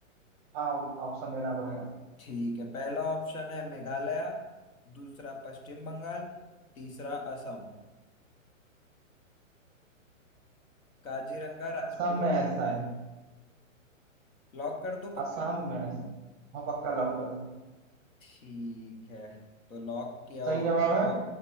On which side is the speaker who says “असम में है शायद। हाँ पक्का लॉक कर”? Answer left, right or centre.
Right